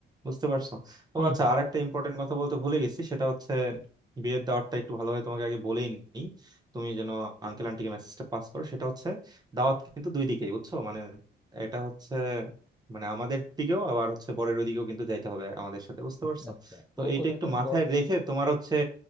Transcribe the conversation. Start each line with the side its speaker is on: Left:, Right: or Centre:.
Right: বুঝতে পারছো ও
Centre: হুম
Right: আচ্ছা
Centre: হুম
Right: আর একটা ইম্পর্টেন্ট কথা বলতে ভুলে গেছি সেটা হচ্ছে বিয়ের দাওয়াতটা একটু ভালোভাবে তোমাকে আগে বলেই নি তুমি যেন আঙ্কেল আন্টিকে মেসেজটা পাস করো সেটা হচ্ছে দাওয়াত কিন্তু দুই দিকেই বুঝছো মানে এটা হচ্ছে মানে আমাদের দিকেও আবার হচ্ছে বরের ওদিকেও কিন্তু যাইতে হবে আমাদের সাথে বুঝতে
Centre: আচ্ছা
Right: পারছো
Centre: আচ্ছা
Right: তো
Centre: ও
Right: এইটা
Centre: কোথাকার
Right: একটু মাথায়
Centre: বল
Right: রেখে তোমার হচ্ছে